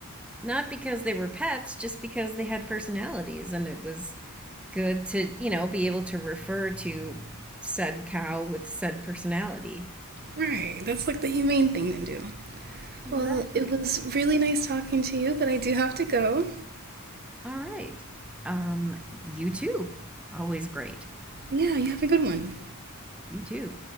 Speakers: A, in the centre; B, on the right.
A: not because they were pets just because they had personalities and it was good to, you know, be able to refer to said cow with said personality.
B: Right. That's like the humane thing to do.
A: Exactly.
B: Well, it was really nice talking to you, but I do have to go.
A: All right. Um, you too. Always great.
B: Yeah, you have a good one.
A: You too.